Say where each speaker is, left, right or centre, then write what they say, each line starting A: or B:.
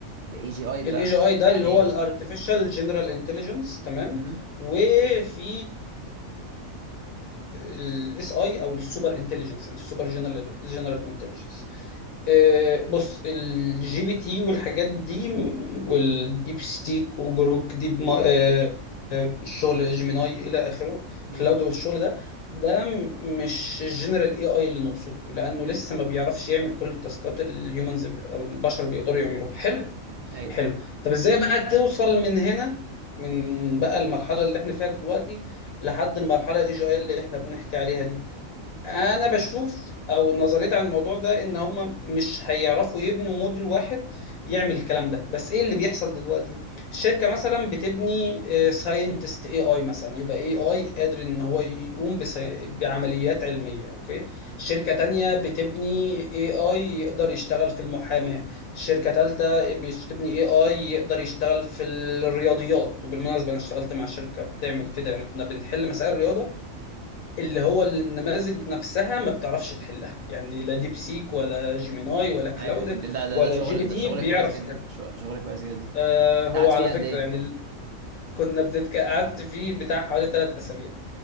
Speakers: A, on the right; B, on the left.
A: الاي جي اي ده
B: الاي جي اي ده
A: يعني
B: اللي هو
A: ايه
B: الارتفيشال جنرال انتليجنس تمام
A: امم
B: وفي الاس اي او السوبر انتليجنس السوبر جنرال جنرال انتليجنس آه، بص الجي بي تي والحاجات دي والديب سيك وجروك ديب ما- آه، آه، الشغل جيميناي الى اخره
A: امم
B: كلاود والشغل ده ده م- مش الجنرال اي اي اللي نقصده لانه لسه ما بيعرفش يعمل كل التاسكات اللي الهيومنز او البشر بيقدروا يعملوها حلو
A: ايوه
B: حلو طب ازاي بقى توصل من هنا من بقى المرحله اللي احنا فيها دلوقتي لحد المرحله الاي جي اي اللي احنا بنحكي عليها دي انا بشوف او نظريتي عن الموضوع ده ان هم مش هيعرفوا يبنوا موديل واحد يعمل الكلام ده بس ايه اللي بيحصل دلوقتي الشركه مثلا بتبني ساينتست اي اي مثلا يبقى اي اي قادر ان هو يقوم بسي... بعمليات علميه اوكي شركه تانية بتبني اي اي يقدر يشتغل في المحاماه شركه تالتة بتبني اي اي يقدر يشتغل في الرياضيات وبالمناسبه انا اشتغلت مع شركه بتعمل كده يعني كنا بنحل مسائل رياضه اللي هو النماذج نفسها ما بتعرفش تحلها يعني لا ديب سيك ولا جيميناي ولا كلاود
A: ايوه ده ده
B: ولا
A: ده شغل
B: جي بي تي
A: ده شغل
B: بيعرف
A: كويس جدا
B: يحل
A: شو- شغل كويس جدا
B: آه
A: انت
B: هو
A: قعدت
B: على
A: فيه
B: فكرة
A: قد ايه
B: يعني ال- كنا بنتك... قعدت فيه بتاع حوالي ثلاث أسابيع